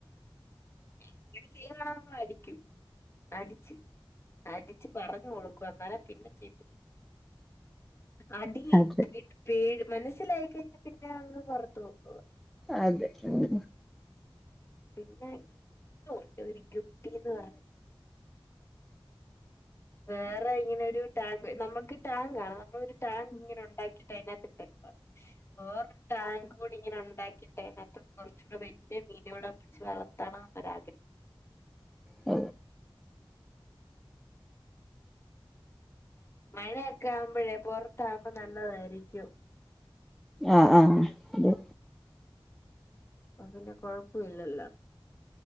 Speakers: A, on the left; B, in the centre.
A: അങ്ങന ചെയത നമ്മള് അടിക്കും അടിച്ച് അടിച്ച് പറഞ്ഞു കൊടുക്കും അന്നാലെ പിന്നെ ചെയ്തില്ല അടി
B: അതെ
A: പെ പേടി മനസ്സിലായി കഴിഞ്ഞാ പിന്നെ അങ്ങ് പൊറത്ത് പൊക്കോളും
B: അതെ ഉം
A: ഉ പിന്നെ മീനും ഉണ്ട് ഒരു ഗിപ്പി ന്ന് പറയ വേറെ ഇങ്ങനെ ഒരു ടാങ്ക് നമ്മുക്ക് ടാങ്ക് ആണ നമ്മളൊരു ടാങ്ക് ഇങ്ങനെ ഉണ്ടാക്കിട്ട് അതിനകത്തിട്ടെ വേറെ ടാങ്ക് കൂടി ഇങ്ങനെ ഉണ്ടാക്കിട്ട് അതിനകത്ത് കൊറച്ചൂട വലിയ മീന കൂടെ പിടി വളർത്തണം എന്നൊരു ആഗ്രഹം
B: അ
A: മഴയൊക്കെ ആവുമ്പോഴേ പുറത്താവുമ്പോ നല്ലതായിരിക്കും
B: ആഹ ആഹ് അതെ
A: അ പിന്നെ കൊഴപ്പ ഇല്ലല്ലോ